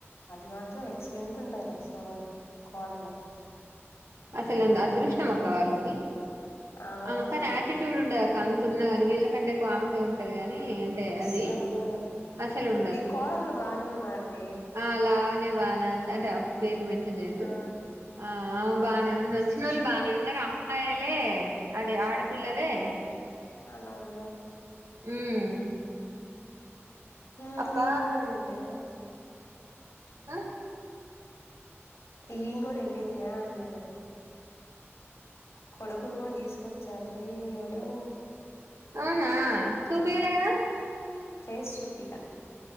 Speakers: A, on the left; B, on the right.
A: అది మాత్రం ఎక్సలెంట్ ఉంటది రా స్వామి కోడలు
B: అసలు ఎంత అదృష్టం అక్క వాళ్ళకి
A: ఆ
B: అమెకాని ఆటిట్యూడ్ ఉండ దక్క అంత ఉన్నా కాని వీళ్ళకంటే ఆమ ఉంటది కాని అంటే
A: అస్సలు
B: అది
A: ఉండదు
B: అసలు ఉండదు
A: ఈ కోడళ్ళు బానే ఉన్నార్రీ
B: ఆ లావనే బానె ఉండదట అంటే పేర్లు మెన్షన్ చేయొద్దు
A: ఆ
B: ఆ అవు బాగనే ఉంది వచ్చిన వాళ్ళు బాగనే ఉన్నారు అమ్మాయిలే అది ఆడపిల్లలే
A: అలా ఉన్నారు.
B: ఉమ్
A: ఊ ఈమె
B: అక్క
A: కూడా వెళ్ళిందే
B: ఆ
A: ఈమె కూడా వెళ్లిందా, అన్నాలే కొడుకును కూడా తీసుకొచ్చాడు రేయ్, వాడు
B: అవునా, చూపియ్యాలి కదా.
A: ఫేస్ చూపియ్యలా